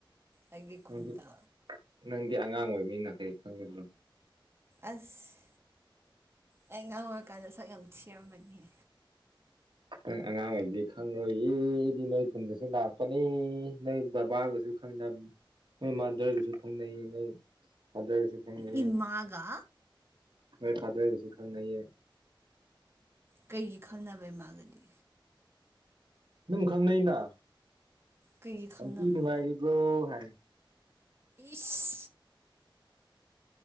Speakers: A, on the right (about 30°); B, on the right (about 65°).
A: ꯑꯩꯒꯤ ꯈꯨꯟꯗ
B: ꯅꯪꯗꯤ ꯅꯪꯗꯤ ꯑꯉꯥꯡ ꯑꯣꯏꯕ ꯃꯤꯅ ꯀꯔꯤ ꯈꯪꯒꯅꯤ ꯫
A: ꯑꯁ ꯑꯩ ꯉꯥꯡ ꯑꯣꯏꯔꯀꯥꯟꯗ ꯁꯛ ꯌꯥꯝ ꯊꯤꯔꯝꯕꯅꯤꯍꯦ꯫
B: ꯅꯪ ꯑꯉꯥꯡ ꯑꯣꯏꯕꯗꯤ ꯈꯪꯂꯪꯂꯣꯏꯌꯦꯗꯤ ꯅꯣꯏ ꯈꯨꯟꯗꯁꯨ ꯂꯥꯛꯄꯅꯤ ꯅꯣꯏ ꯕꯕꯥꯒꯁꯨ꯫ ꯈꯅꯕ ꯃꯣꯏ ꯃꯥꯗꯔꯒꯁꯨ ꯈꯪꯅꯩꯌꯦ ꯅꯣꯏ ꯃꯥꯗꯔꯒꯁꯨ ꯈꯪꯅꯩꯌꯦ
A: ꯏꯃꯥꯒ
B: ꯃꯣꯏ ꯐꯥꯗ ꯍꯥꯏꯒꯁꯨ ꯈꯪꯅꯩꯌꯦ꯫
A: ꯀꯩꯒꯤ ꯈꯪꯅꯕꯩ ꯃꯥꯒꯗꯤ꯫
B: ꯑꯗꯨꯝ ꯈꯪꯅꯩꯩꯅ
A: ꯀꯩꯒꯤ ꯈꯪꯅꯕ
B: ꯑꯛ ꯅꯨꯡꯉꯥꯏꯔꯤꯕꯔꯤꯕ꯭ꯔꯣ ꯍꯥꯏ
A: ꯏꯁ